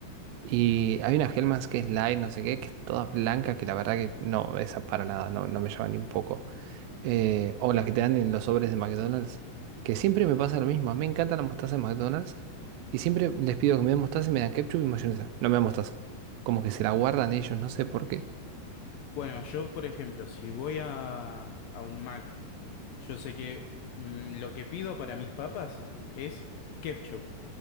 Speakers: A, on the right; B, on the left.
A: Y hay una Hellmann's que es light, no sé qué, que es toda blanca, que la verdad que no, esa para nada, no, no me llama ni un poco. eh, o las que te dan en los sobres de McDonald's, que siempre me pasa lo mismo. A mí me encanta la mostaza de McDonald's y siempre les pido que me den mostaza y me dan ketchup y mayonesa. No me dan mostaza. Como que se la guardan ellos, no sé por qué.
B: Bueno, yo, por ejemplo, si voy a, a un Mac, yo sé que mm, lo que pido para mis papas es ketchup.